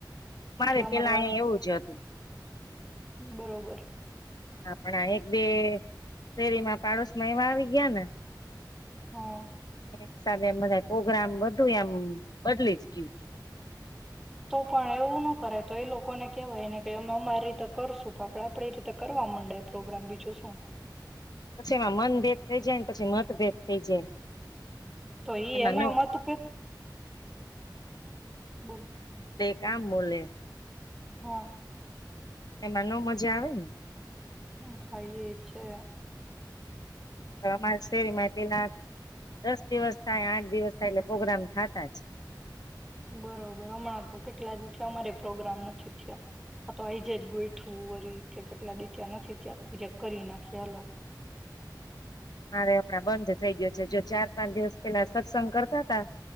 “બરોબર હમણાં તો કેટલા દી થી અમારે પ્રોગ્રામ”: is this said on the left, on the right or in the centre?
Centre